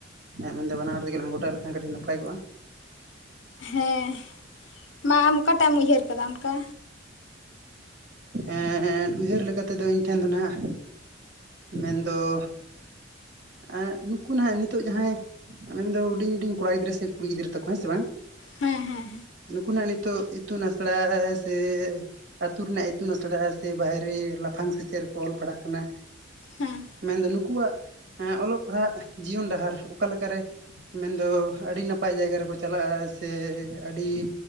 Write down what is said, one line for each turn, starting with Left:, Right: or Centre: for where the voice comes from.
Right: ᱤᱧᱟᱜ ᱢᱮᱱᱫᱚ ᱵᱟᱱᱟ ᱦᱚᱲ ᱛᱮᱜᱮᱞᱟᱝ ᱜᱚᱴᱟ ᱞᱮᱠᱷᱟᱱ ᱠᱟᱹᱴᱤᱡ ᱱᱟᱯᱟᱭ ᱠᱚᱜ-ᱟ᱾
Left: ᱦᱮᱸ ᱢᱟ ᱟᱢ ᱚᱠᱟᱴᱟᱜ ᱮᱢ ᱩᱭᱦᱟᱹᱨ ᱟᱠᱟᱫᱟ ᱚᱱᱠᱟ,
Right: ᱮᱸᱻ ᱩᱭᱦᱟᱹᱨ ᱞᱮᱠᱟᱛᱮᱫᱚ ᱤᱧ ᱴᱷᱮᱱ ᱫᱚ ᱱᱟᱜ, ᱢᱮᱱ ᱫᱚ, ᱟᱨ ᱱᱩᱠᱩ ᱱᱟᱜ ᱱᱤᱛᱚᱜ ᱡᱟᱸᱦᱟᱭ ᱢᱮᱱᱫᱚ ᱦᱩᱰᱤᱧ ᱦᱩᱰᱤᱧ ᱠᱚᱲᱟ ᱜᱤᱫᱽᱨᱟᱹ ᱥᱮ ᱠᱩᱲᱤ ᱜᱤᱫᱽᱨᱟᱹ ᱛᱟᱠᱚ ᱦᱮᱸ ᱥᱮ ᱵᱟᱝ,
Left: ᱦᱮᱸ ᱦᱮᱸ
Right: ᱱᱩᱠᱩ ᱱᱟᱜ ᱱᱤᱛᱳᱜ ᱤᱛᱩᱱ ᱟᱥᱲᱟ ᱥᱮ, ᱟᱹᱛᱩ ᱨᱮᱱᱟᱜ ᱤᱛᱩᱱ ᱟᱥᱲᱟ ᱥᱮ ᱵᱟᱭᱨᱮ ᱞᱟᱯᱷᱟᱝ ᱥᱮᱪᱮᱫ ᱨᱮᱠᱚ ᱚᱞ ᱯᱟᱲᱦᱟᱜ ᱠᱟᱱᱟ᱾
Left: ᱦᱮᱸ
Right: ᱢᱮᱱᱫᱚ ᱱᱩᱠᱩᱣᱟᱜ ᱚᱞᱚᱜ ᱯᱟᱲᱦᱟᱜ ᱡᱤᱭᱚᱱ ᱰᱟᱦᱟᱨ ᱚᱠᱟ ᱞᱮᱠᱟᱨᱮ, ᱢᱮᱱᱫᱚ ᱟᱹᱰᱤ ᱱᱟᱯᱟᱭ ᱡᱟᱭᱜᱟ ᱨᱮᱠᱚ ᱪᱟᱞᱟᱜᱼᱟ, ᱥᱮ ᱟᱹᱰᱤ